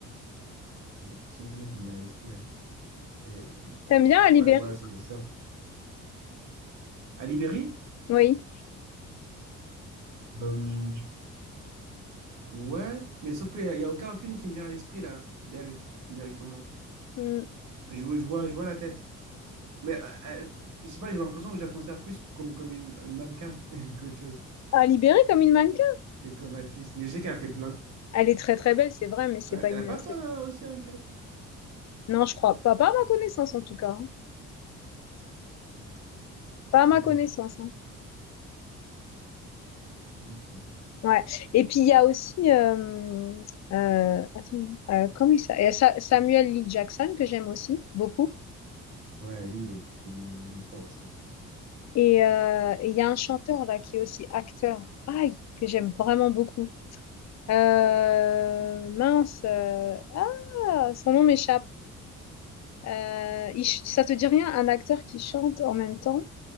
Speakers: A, on the right; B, on the left.
A: ah, il n'y a personne qui me qui me vient à l'esprit là. Et,
B: T'aimes bien Ali
A: ouais,
B: Berry?
A: voilà, c'est c'est ça. À Libéry?
B: Oui.
A: Euh, ouais, mais sauf qu'il n'y a, il y a aucun film qui me vient à l'esprit là, d'elle directement.
B: Hmm.
A: Je vois, je vois, je vois la tête. Mais euh, euh, je sais pas, j'ai l'impression que je la considère plus comme, comme une, une mannequin <laughs> qu'autre chose,
B: Ali Berry comme une mannequin.
A: que comme actrice. Mais je sais qu'elle a fait plein de trucs.
B: Elle est très très belle, c'est vrai, mais c'est
A: Ouais,
B: pas
A: Elle
B: une.
A: a pas
B: c'est-
A: fait euh, aussi une carrière.
B: Non, je crois pas, pas à ma connaissance en tout cas. hein. Pas à ma
A: Ok,
B: connaissance. hein.
A: ok.
B: Ouais. Et puis il y a aussi euh, euh, attends, euh, comment il s'appelle? Sa- Samuel Lee Jackson que j'aime aussi beaucoup.
A: Ouais, lui, il est, il est- il est fort aussi.
B: Et euh, et il y a un chanteur là qui est aussi acteur. Aïe, que j'aime vraiment beaucoup. Euh, mince. euh, ah, son nom m'échappe. Euh, il ch- ça te dit rien, un acteur qui chante en même temps